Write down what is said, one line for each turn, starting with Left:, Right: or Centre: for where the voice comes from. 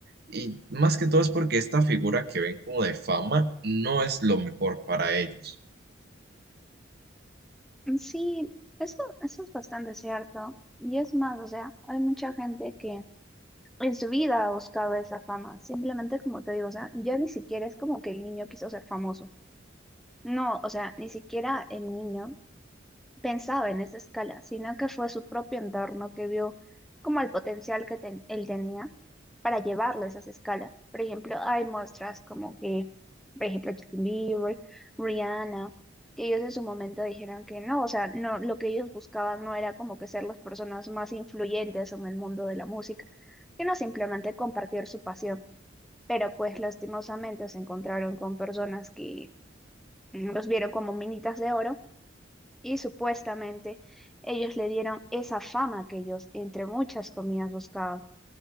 Right: Y más que todo es porque esta figura que ven como de fama no es lo mejor para ellos.
Centre: Ujú. Sí, eso, eso es bastante cierto. Y es más, o sea, hay mucha gente que en su vida ha buscado esa fama. Simplemente, como te digo, o sea, ya ni siquiera es como que el niño quiso ser famoso. No, o sea, ni siquiera el niño pensaba en esa escala, sino que fue su propio entorno que vio como el potencial que ten- él tenía para llevarlo a esas escalas. Por ejemplo, hay muestras como que, por ejemplo, Justin Bieber, Rihanna, que ellos en su momento dijeron que no, o sea, no, lo que ellos buscaban no era como que ser las personas más influyentes en el mundo de la música, sino simplemente compartir su pasión. Pero pues lastimosamente se encontraron con personas que mm, los vieron como minitas de oro y supuestamente ellos le dieron esa fama que ellos entre muchas comillas buscaban,